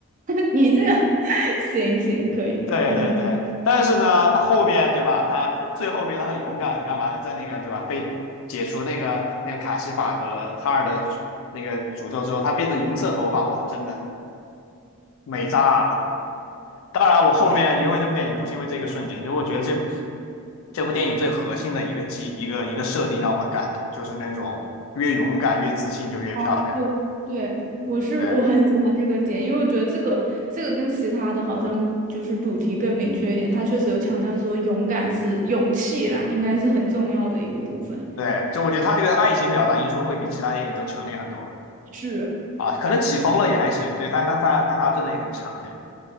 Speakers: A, on the right; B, on the left.
A: <laughs> 你这个 <laughs> 行行可以，
B: 对对对，
A: 嗯，
B: 但是呢，她后面对吧？她最后面她很勇敢，干嘛的，在那个对吧，被解除那个那个卡西法和哈尔的那个诅咒之后，她变成银色头发，哇，真的美炸了。当然，我后面因为这部电影不是因为这个瞬间，就我觉得这这部电影最核心的一个基一个一个设定让我很感动，就是那种越勇敢、越自信就越漂亮。
A: 哦，对对，我是我很喜欢这个点，
B: 对
A: 因为我觉得这个这个跟其他的好像就是主题更明确一点，它确实有强调说勇敢是勇气啦，应该是很重要的一个部分。
B: 对，就我觉得他这个爱情表达因素会比其他电影都强烈很多
A: 是。
B: 啊，可能起风了也还行，对，但他他但他真的也很强烈。